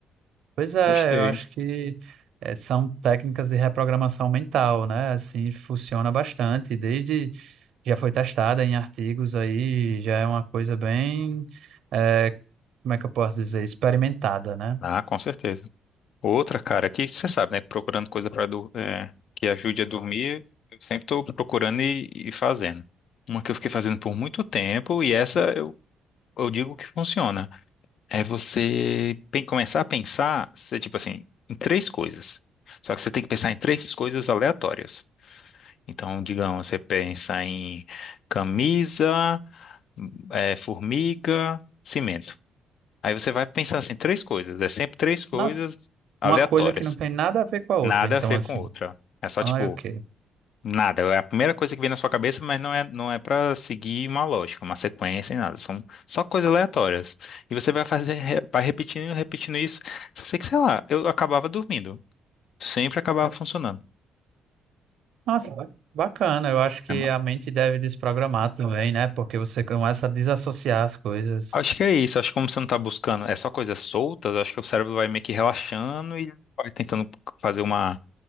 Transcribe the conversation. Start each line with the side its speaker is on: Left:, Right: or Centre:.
Right: Pois é,
Left: gostei.
Right: eu acho que eh, são técnicas de reprogramação mental, né? Assim, funciona bastante. Desde já foi testada em artigos aí, já é uma coisa bem, eh, como é que eu posso dizer, experimentada, né?
Left: Ah, com certeza. Outra, cara, que você sabe, né? Procurando coisa para que ajude a dormir, eu sempre estou procurando e, e fazendo. Uma que eu fiquei fazendo por muito tempo, e essa eu, eu digo que funciona. É você pen- começar a pensar, você, tipo assim, em três coisas. Só que você tem que pensar em três coisas aleatórias. Então, digamos, você pensa em camisa, eh, formiga, cimento. Aí você vai pensar assim, três coisas. É sempre três coisas
Right: Nossa,
Left: aleatórias.
Right: uma coisa que não tem nada a ver com a outra,
Left: Nada
Right: então
Left: a ver
Right: assim.
Left: com outra. É só
Right: Ah,
Left: tipo,
Right: ok.
Left: nada. É a primeira coisa que vem na sua cabeça, mas não é, não é para seguir uma lógica, uma sequência e nada. São só coisas aleatórias. E você vai fazer, re- vai repetindo, repetindo isso. Só sei que, sei lá, eu acabava dormindo. Sempre acabava funcionando.
Right: Nossa, ba- bacana. Eu acho que
Left: É uma-
Right: a mente deve desprogramar também, né? Porque você começa a desassociar as coisas.
Left: Acho que é isso. Acho que como você não tá buscando, é só coisas soltas, acho que o cérebro vai meio que relaxando e vai tentando fazer uma.